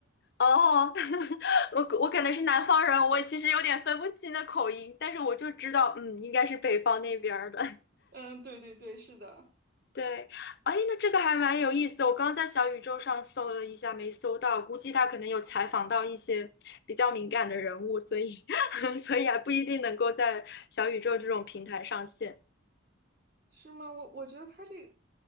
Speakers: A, on the left; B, on the right.
A: 哦，<laughs> 我可我可能是南方人，我其实有点分不清的口音，但是我就知道，嗯，应该是北方那边儿的。
B: <laughs> 嗯，对对对，是的。
A: 对，哎，那这个还蛮有意思。我刚刚在小宇宙上搜了一下，没搜到，估计他可能有采访到一些比较敏感的人物，所以 <laughs> 所以还不一定能够在小宇宙这种平台上线。
B: 是吗？我我觉得他这，个，